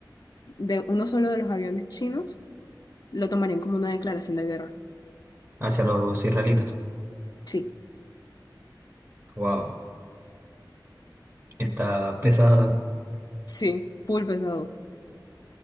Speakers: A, on the left; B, on the right.
A: de uno solo de los aviones chinos, lo tomarían como una declaración de guerra.
B: Hacia los israelitas.
A: Sí,
B: Wow. Está pesada.
A: sí, full pesado.